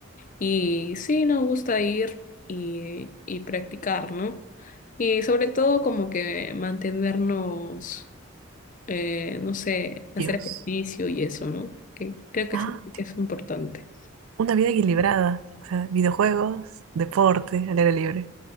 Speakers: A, on the left; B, on the right.
A: y sí, nos gusta ir y, y practicar, ¿no? Y sobre todo como que mantenernos, eh, no sé, hacer
B: Dios.
A: ejercicio y eso, ¿no? Que creo que
B: Ah,
A: es, que es importante.
B: una vida equilibrada. O sea, videojuegos, deporte, al aire libre.